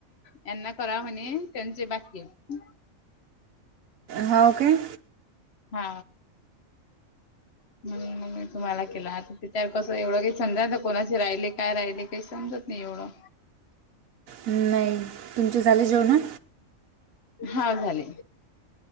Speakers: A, on the left; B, on the right.
A: यांना करा म्हणे त्यांचे बाकी आहे.
B: हाव काय?
A: हा. म मग मी तुम्हाला केला आता त्या कसं एवढं काही समजा ना कोणाशी राहिले काय राहिले काही समजत नी एवढं.
B: नाही तुमच्या झाले जेवणं?
A: हा झाले.